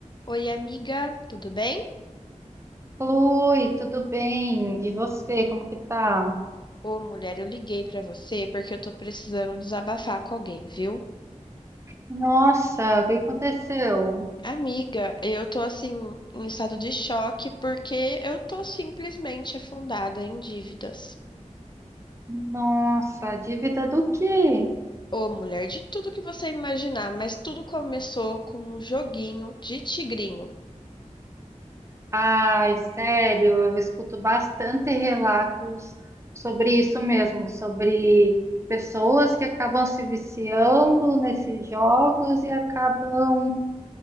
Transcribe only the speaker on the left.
Oi, amiga, tudo bem?
Ô, mulher, eu liguei pra você porque eu tô precisando desabafar com alguém, viu?
Amiga, eu tô assim em estado de choque porque eu tô simplesmente afundada em dívidas.
Ô, mulher, de tudo que você imaginar, mas tudo começou com um joguinho de tigrinho.